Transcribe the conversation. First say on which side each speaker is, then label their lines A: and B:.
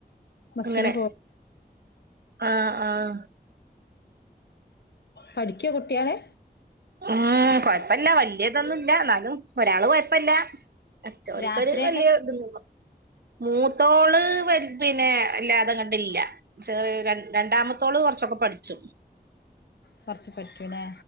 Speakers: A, on the left; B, on the right.
A: ബസ്സിന്
B: അങ്ങനെ
A: പോ
B: ആഹ് ആഹ്.
A: പഠിക്ക്യൊ കുട്ട്യാള്?
B: ഉമ് കൊഴ്പ്പല്ല്യ വല്യതൊന്നുല്ല ന്നാലും ഒരാള് കൊഴപ്പല്ല. മാറ്റാള്
A: രാത്രിയൊക്കെ
B: ക്കര് വല്ല്യ ത് ഇല്ല മൂത്തോള് വ പിന്നെ വല്ലാതെ ങ്ങട്ട് ഇല്യ ചെറി രണ്ടാമത്തോള് കൊറച്ചൊക്കെ പഠിച്ചും
A: കുറച്ച് പഠിക്കുലെ